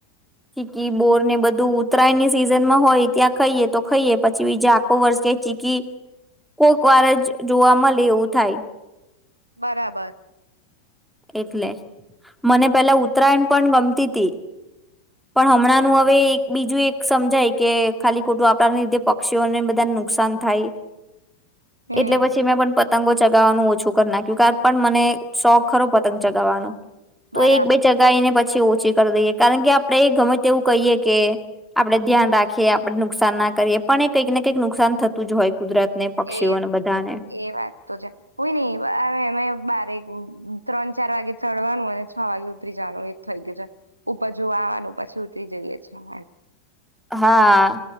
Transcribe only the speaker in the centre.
ચીકી, બોર ને બધું ઉતરાયણની સિઝનમાં હોય ત્યાં ખાઈએ તો ખાઈએ પછી બીજા આખો વર્ષ કે ચીકી કોક વાર જ જોવા મલે એવું થાય
એટલે મને પેલા ઉત્તરાયણ પણ ગમતીતી પણ હમણાંનું હવે એક બીજું એક સમજાય કે ખાલી ખોટું આપણાને લીધે પક્ષીઓને બધાને નુકસાન થાય.
એટલે પછી મેં પણ પ પતંગો ચગાવવાનું ઓછું કરી નાખ્યું. કા પણ મને શોખ ખરો પતંગ ચગાવવાનો
તો એક બે ચગાવીને પ પછી ઓછી કરી દઈએ. કારણ કે આપણે ગમે તેવું કહીએ કે આપડે ધ્યાન રાખીએ આપણે નુકસાન ના કરીએ પણ એ કંઈક ને કંઈક નુકસાન થતું જ હોય કુદરત ને પક્ષીઓને
બધાને
હા